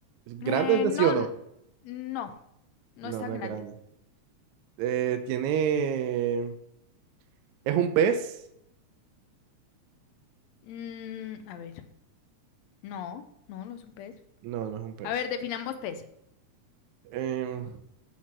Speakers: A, on the right; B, on the left.
A: ¿Grande
B: Eh,
A: es de
B: no,
A: sí o no?
B: n- no. No
A: No,
B: es tan
A: no es
B: grande.
A: grande. Eh, tiene... ¿Es un pez?
B: Mm, a ver. No, no, no es un pez.
A: No, no es un pez.
B: A ver, definamos pez.
A: Em,